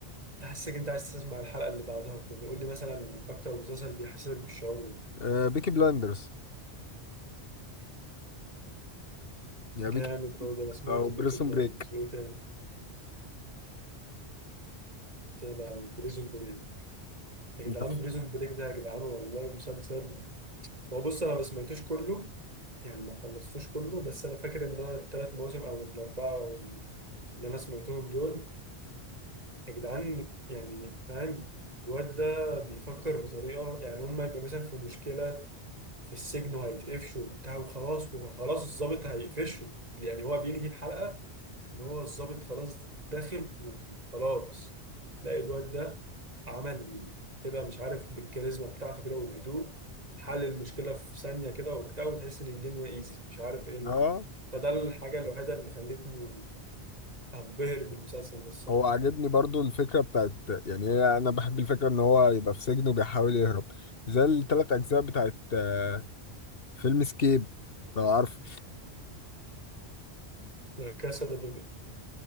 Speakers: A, on the right; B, on the left.
A: تحسك انت عايز تسمع الحلقة اللي بعدها كده قول لي مثلا اكتر مسلسل بيحسسك بالشعور ده.
B: آه بيكي بلاندرز يا
A: جامد
B: بيكي
A: برضه انا سمعت
B: او بريسون
A: بيكي بلايندرز
B: بريك
A: وايه تاني كده وبريزون بريك يا جدعان
B: انت
A: بريزون بريك ده يا جدعان والله مسلسل هو بص انا ما سمعتوش كله يعني ما خلصتوش كله بس انا فاكر ان انا الثلاث مواسم او الاربعة او اللي انا سمعتهم دول يا جدعان يعني فاهم الواد ده بيفكر بطريقة يعني هم يبقوا مثلا في مشكلة في السجن وهيتقفشوا وبتاع وخلاص وخلاص الضابط هيقفشه يعني هو بينهي الحلقة إن هو الضابط خلاص داخل وخلاص لا الواد ده عمل كده مش عارف بالكاريزما بتاعته كده والهدوء حل المشكلة في ثانية كده وبتاع وتحس إن الدنيا إيزي مش عارف إيه ال-
B: اه
A: فده الحاجة الوحيدة اللي خلتني أنبهر بالمسلسل ده الصراحة
B: هو عاجبني برضو الفكره بتاعت يعني هي انا بحب الفكره ان هو يبقى في سجن وبيحاول يهرب زي الثلاث اجزاء بتاعت آه فيلم سكيب لو عارف
A: لا كاسا دي بابل